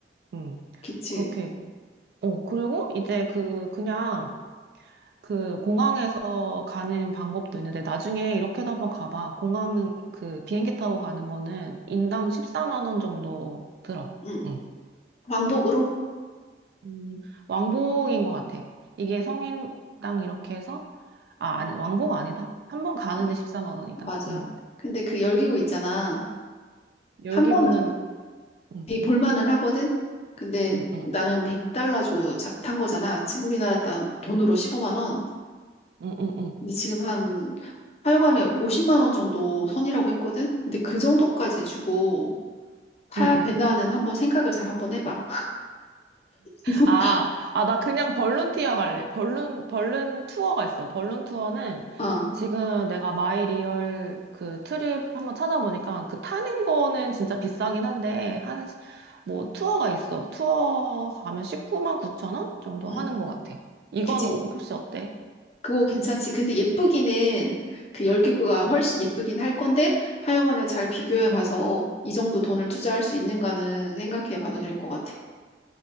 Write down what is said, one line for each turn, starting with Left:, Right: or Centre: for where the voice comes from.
Right: 음.
Left: 그치.
Right: 그렇게 어, 그리고 이제 그, 그냥 그 공항에서 가는 방법도 있는데 나중에 이렇게도 한번 가봐. 공항 그 비행기 타고 가는 거는 인당 14만 원 정도 들어.
Left: 응,
Right: 응.
Left: 왕복으로?
Right: 음, 왕복인 것 같아. 이게 성인당 이렇게 해서, 아, 아니, 왕복 아니다. 한 번 가는데
Left: 어,
Right: 14만 원이다.
Left: 맞아.
Right: 응.
Left: 근데 그 열기구 있잖아.
Right: 열기구는,
Left: 한 번은
Right: 응,
Left: 되게 볼만은 하거든? 근데
Right: 응, 응,
Left: 나는 100달러 주고 자- 탄 거잖아. 지금 우리나라 돈- 돈으로 15만 원.
Right: 응, 응, 응,
Left: 근데 지금 한 하여간에 50만 원 정도 선이라고 했거든? 근데 그 정도까지 주고 타야
Right: 응. 응.
Left: 되나는 한번 생각을 잘 한번 해봐. <laughs>
Right: 아, 아, 나 그냥 벌룬티어 갈래. 벌룬, 벌룬 투어가 있어. 벌룬 투어는
Left: 아,
Right: 지금 내가 마이리얼 그 트립 한번 찾아보니까 그 타는 거는 진짜 비싸긴 한데, 한, 시- 뭐 투어가 있어. 투어 가면 19만 9천 원 정도
Left: 음,
Right: 하는 것 같아. 이건
Left: 그지.
Right: 어, 혹시 어때?
Left: 그거 괜찮지. 근데 예쁘기는 그 열기구가
Right: 음.
Left: 훨씬 예쁘긴 할 건데 하여간에 잘 비교해 봐서 이 정도 돈을 투자할 수 있는가는 생각해 봐도 될 것 같아.